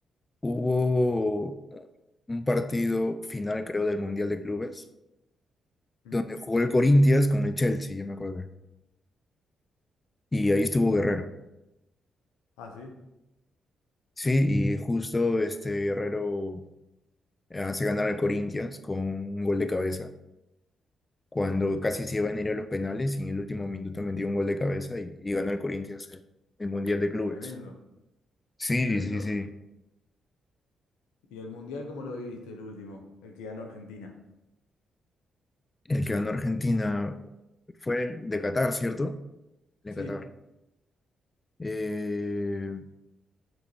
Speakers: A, on the left; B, on the left.
A: hubo un partido final, creo, del Mundial de Clubes,
B: mm.
A: donde jugó el Corinthians con el Chelsea, ya me acuerdo Y ahí estuvo Guerrero.
B: Ah, sí,
A: Sí, y justo este Guerrero eh, hace ganar al Corinthians con un gol de cabeza, cuando casi se iban a ir a los penales y en el último minuto metió un gol de cabeza y, y ganó el Corinthians el, el Mundial de Clubes.
B: tremendo,
A: Sí,
B: tremendo.
A: sí, sí.
B: ¿Y el Mundial cómo lo viviste el último, el que ganó Argentina?
A: El que ganó Argentina fue de Qatar, ¿cierto? De
B: Sí.
A: Qatar. Eh,